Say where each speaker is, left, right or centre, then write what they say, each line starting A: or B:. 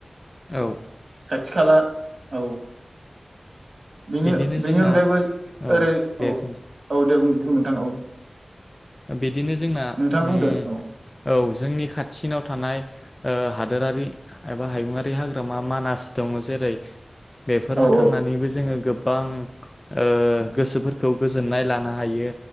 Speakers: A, on the left; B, on the right.
A: औ
B: खाथि खाला औ बेनि
A: बिदिनो
B: बेनि
A: जोंना
B: अनगायैबो ज
A: औ
B: ओरै
A: दे
B: औ
A: बुं
B: औ दे बुं ओ नोंथां औ
A: बिदिनो जोंना
B: नोंथाङा बुंदो
A: ओम
B: औ
A: औ जोंनि खाथिसिनाव थानाय ओ हादोरारि एबा हायुङारि हाग्रामा मानास दङ जेरै बेफोराव
B: औ
A: थांनानैबो जोङो गोब बां ओ गोसोफोरखौ गोजोननाय लाना हायो